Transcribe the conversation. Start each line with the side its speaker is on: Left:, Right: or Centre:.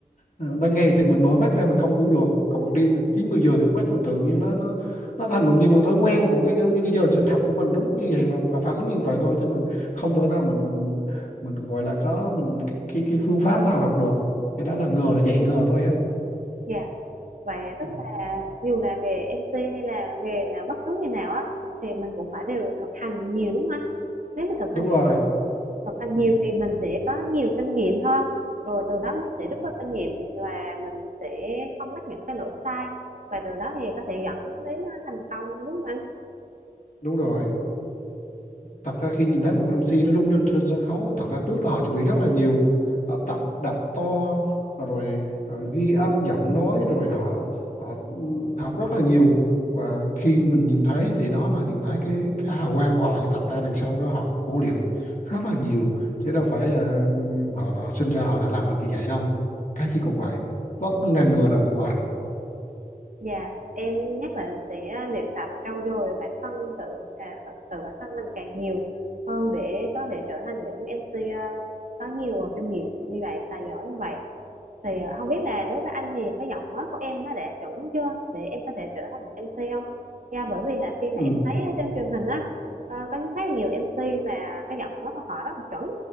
Left: ờ, ban ngày thì mình mở mắt ra mình không ngủ được còn ban đêm thì chín mười giờ thì con mắt mình tự nhiên nó nó nó thành một như một thói quen một cái giống như cái giờ sinh học của mình đúng như vậy và, và phản ứng như vậy thôi chứ mình không thể nào mình mình mình gọi là có mình cái cái, cái phương pháp nào học được cái đó là ngờ nó dạy ngờ thôi em
Right: Dạ, Vậy tức
Left: Ừ,
Right: là dù là nghề MC hay là nghề là bất cứ nghề nào á, thì mình cũng phải đều thực hành nhiều đúng không anh? Nếu mà thực
Left: đúng
Right: hành
Left: rồi
Right: thực hành
Left: ừ,
Right: nhiều thì mình sẽ có nhiều kinh nghiệm hơn rồi từ đó mình sẽ
Left: ừ,
Right: rút ra kinh nghiệm và mình sẽ không mắc những cái lỗi sai và từ đó thì có thể dẫn đến ờ, thành công đúng không anh
Left: đúng rồi thật ra khi nhìn thấy một MC nó lung linh trên sân khấu á, thật ra trước đó họ chuẩn bị rất là nhiều Họ tập đập to rồi ờ, ghi âm giọng nói rồi họ họ ừ, học rất là nhiều và khi mình nhìn thấy thì đó là nhìn thấy cái, cái hào quang của họ nhưng thật ra đằng sau đó họ khổ luyện rất là nhiều chứ đâu phải ờ, họ sinh ra họ đã làm được như vậy đâu cái gì cũng vậy bất cứ ngành nghề nào cũng vậy
Right: dạ em nhất định sẽ luyện tập trau dồi bản thân tự cà- tự bản thân mình càng nhiều hơn để có thể trở thành những MC ờ, có nhiều kinh nghiệm như vậy tài giỏi như vậy Thì, ờ, không biết là đối với anh thì cái giọng nói của em nó đã chuẩn chưa để em có thể trở thành một MC không? Yeah, bởi vì là khi
Left: ừ
Right: mà em thấy ở trên truyền hình á, ờ, có rất là nhiều MC mà cái giọng nói của họ rất là chuẩn,